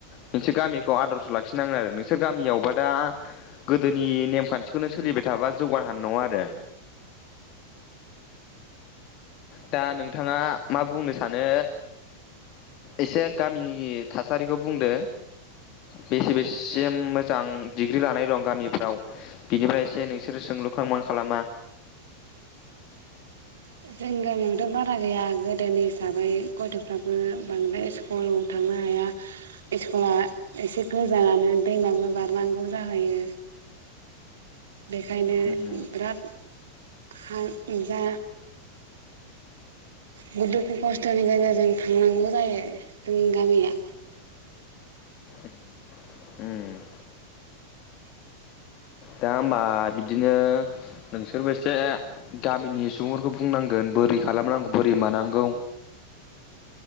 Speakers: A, on the left; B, on the right.
A: मोनसे गामिखौ आदर्श' लाखिनांगोन आरो नोंसोर गामियावबा दा गोदोनि नेमखानथिखौनो सोलिबाय थाबा जौगा हानाय नङा आरो दा नोंथाङा मा बुंनो सानो एसे गामिनि थासारिखौ बुंदो बेसे बेसिम मोजां डिग्रि लानाय दं गामिफ्राव बिनिफ्राय एसे नोंसोरो सोंलुखौ खालामोना खालामा
B: जोंनि गामियावथ' बारा गैया गोदोनि हिसाबै गथ'फ्राबो बांद्राय स्कु लाव थांनो हाया स्कुला एसे गोजानानो दैमाबो बारनांगौ जाहैयो बेखायनो
A: उम
B: बिराद खा जा गोदोथ' खस्थ'नि गेजेरजों थांनांगौ जायो जोंनि गामिया
A: उम उम दा होनबा बिदिनो नोंसोरबो एसे गामिनि सुबुंफोरखौ बुंनांगोन बोरै खालामनांगौ बोरै मानांगौ